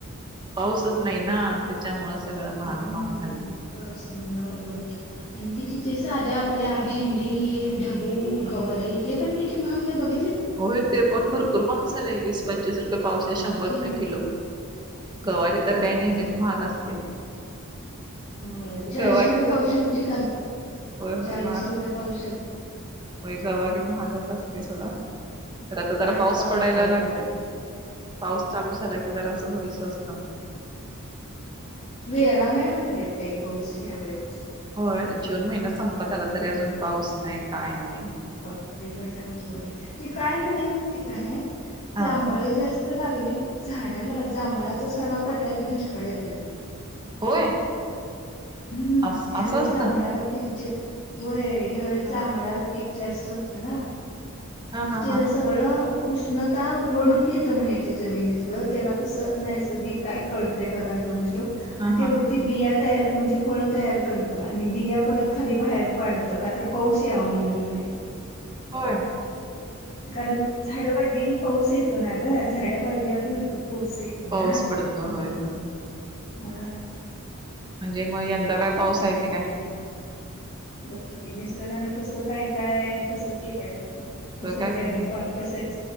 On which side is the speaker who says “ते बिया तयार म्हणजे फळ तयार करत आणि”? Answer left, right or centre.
Left